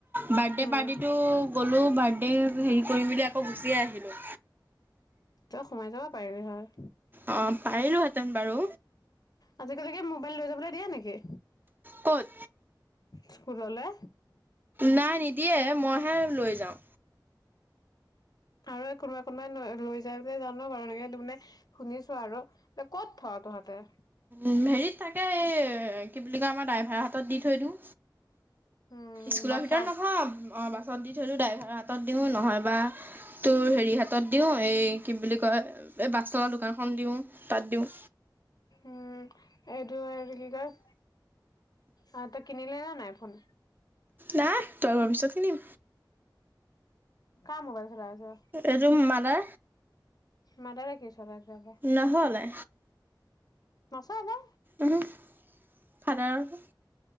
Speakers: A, on the right (about 25°); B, on the left (about 55°).
A: বাৰ্থডে'
B: উম
A: পাৰ্টিটো গ'লোঁ বাৰ্থডে হেৰি কৰি মেলি আকৌ গুচিয়ে আহিলোঁ।
B: তই সোমাই যাব পাৰিলি হয়।
A: অ' পাৰিলো হেঁতেন বাৰু।
B: আজিকালি কি মোবাইল লৈ যাবলে দিয়া নেকি?
A: ক'ত?
B: স্কুললে।
A: নাই নিদিয়ে মইহে লৈ যাওঁ।
B: আৰু কোনোবাই কোনোবাই লৈ যায় বুলি যা <unintelligible> মানে শুনিছো আৰু, কত থ তহঁতে?
A: উ' হেৰিত থাকে এই কি বুলি কয় আমাৰ ড্ৰাইভাৰ হাতত দি থৈ দিওঁ।
B: উম
A: স্কুলৰ
B: বাছত
A: ভিতৰত নথও, অঁ বাছত দি থৈ দিওঁ, ড্ৰাইভাৰৰ হাতত দিওঁ নহয় বা তোৰ হেৰি হাতত দিও এই কি বুলি কয় এই বাছ তলৰ দোকানখন দিও তাত দিওঁ।
B: উম এইটো আৰু এইটো কি কয় আহ তই কিনিলি নে নাই ফোন?
A: নাই তই মই পিছত কিনিম।
B: কাৰ মোবাইল চলাই আছ?
A: এইটো মাদাৰ।
B: মাদাৰে কি চলাই তেনেহলে?
A: নহ'লে।
B: সচা নে?
A: ওহোঁ ফাদাৰৰ টো।